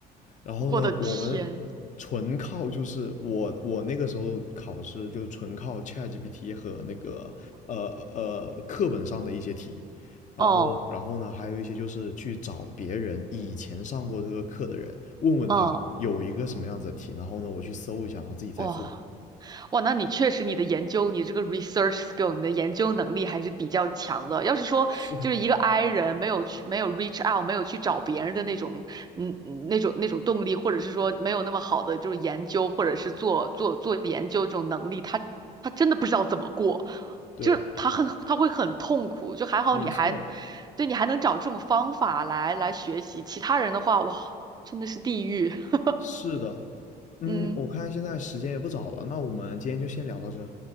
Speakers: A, on the left; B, on the right.
A: 然后呢，
B: 我的天，
A: 我们纯靠就是我我那个时候考试就是纯靠 ChatGPT 和那个呃呃课本上的一些题，然后然后呢还有一些就是去找别人以前上过这个课的人，
B: 哦，
A: 问问他有一个什么样子的题，
B: 嗯，
A: 然后呢我去搜一下，然后自己再做。
B: 哇。哇，那你确实你的研究，你这个 research skill，你的研究能力还是比较强的。要是说就是一个
A: 是，
B: I 人没有去没有 reach out，没有去找别人的那种嗯嗯那种那种动力，或者是说没有那么好的就是研究或者是做做做研究这种能力，他他真的不知道怎么过，
A: 对，
B: 就是他很他会很痛苦。就还好你还
A: 没错。
B: 对你还能找这种方法来来学习，其他人的话哇真的是地狱。<laughs>
A: 是的，嗯，
B: 嗯，
A: 我看现在时间也不早了，那我们今天就先聊到这，